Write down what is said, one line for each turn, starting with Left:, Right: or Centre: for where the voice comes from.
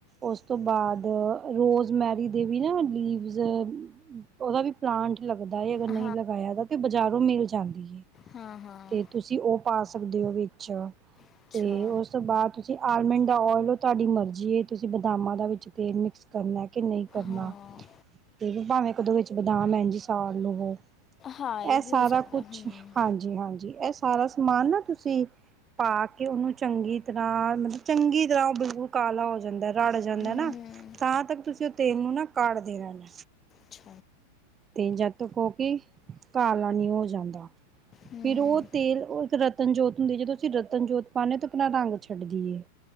Right: ਉਸ ਤੋਂ ਬਾਅਦ ਰੋਜ਼ਮੈਰੀ ਦੇ ਵੀ ਨਾ ਲੀਵਜ਼ ਉਹਦਾ ਵੀ ਪਲਾਂਟ ਲੱਗਦਾ ਏ ਅਗਰ ਨਹੀਂ
Left: ਹਾਂ
Right: ਲਗਾਇਆ ਤੇ ਬਾਜ਼ਾਰੋਂ ਮਿਲ ਜਾਂਦੀ ਏ
Left: ਹਾਂ ਹਾਂ
Right: ਤੇ ਤੁਸੀਂ ਉਹ ਪਾ ਸਕਦੇ ਹੋ ਵਿੱਚ
Left: ਅੱਛਾ
Right: ਤੇ ਉਸ ਤੋਂ ਬਾਦ ਤੁਸੀਂ ਆਲਮੰਡ ਦਾ ਓਏਲ ਹੋ ਤੁਹਾਡੀ ਮਰਜ਼ੀ ਤੁਸੀਂ ਬਦਾਮਾਂ ਦਾ ਵਿੱਚ ਤੇਲ ਮਿਕਸ ਕਰਨਾ ਕਿ ਨਹੀਂ ਕਰਨਾ
Left: ਹਾਂ
Right: ਇਹ ਵੀ ਭਾਵੇਂ ਕਦੋਂ ਵਿੱਚ ਬਦਾਮ ਇ ਜੀ ਸਾੜ ਲਵੋ
Left: ਹਾਂ
Right: ਇਹ
Left: ਵੀ
Right: ਸਾਰਾ
Left: ਹੋ ਸਕਦਾ
Right: ਕੁਛ
Left: ਹੂੰ
Right: ਹਾਂਜੀ ਹਾਂਜੀ ਇਹ ਸਾਰਾ ਸਮਾਨ ਨਾ ਤੁਸੀਂ ਪਾ ਕੇ ਉਹਨੂੰ ਚੰਗੀ ਤਰ੍ਹਾਂ ਮਤਲਬ ਚੰਗੀ ਤਰ੍ਹਾਂ ਉਹ ਬਿਲਕੁਲ ਕਾਲਾ ਹੋ ਜਾਂਦਾ ਰੜ ਜਾਂਦਾ
Left: ਹੂੰ
Right: ਨਾ
Left: ਹੂੰ
Right: ਤਾਂ ਤੱਕ ਤੁਸੀਂ ਉਹ ਤੇਲ ਨੂੰ ਨਾ ਕਾੜਦੇ ਦੇ ਰੈਣਾ
Left: ਛ
Right: ਤੇ ਜਦ ਤਕ ਓਕੀ ਕਾਲਾ ਨੀ ਹੋ ਜਾਂਦਾ
Left: ਹੂੰ
Right: ਫੇਿਰ ਉਹ ਤੇਲ ਉਹ ਇੱਕ ਰਤਨ ਜੋਤ ਹੁੰਦੀ ਜਦੋਂ ਅਸੀਂ ਰਤਨ ਜੋਤ ਪਾਂਦੇ ਤਾਂ ਆਪਣਾ ਰੰਗ ਛੱਡਦੀ ਏ